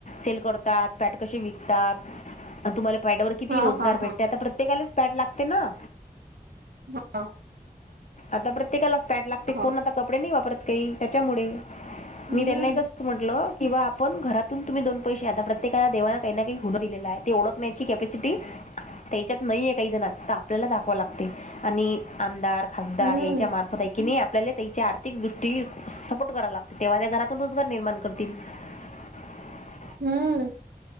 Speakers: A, on the left; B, on the right.
A: सेल करतात पॅट कशी विकतात तुम्हाला पॅड ववर किती
B: हा
A: रोजगार
B: हा
A: भेटते
B: हा
A: आता प्रत्येकालाच पॅड लागते ना
B: हो
A: आता प्रत्येकाला पॅड लागते
B: हा
A: कोण आता कपडे नाही वापरत काही त्याच्यामुळे
B: हम्म
A: मी त्यांना एक का म्हटलं किंवा आपण घरातून तुम्ही दोनैसे आता प्रत्येकाला देवाना काही ना काही हो दिले आहे तेओत कपसिटी त्याच्यात नाहीे काही जण तर आपल्याला दाखवा लागते आणि आमदार खासदार
B: हम्म
A: याच्या मार्फत कि नाही आपल्याला त्याची आर्थिक दृष्टी सपोर्ट करावला लागते तेव्हा त्या घरातून रोजगार निर्माण करतील <inaudible>
B: हम्म.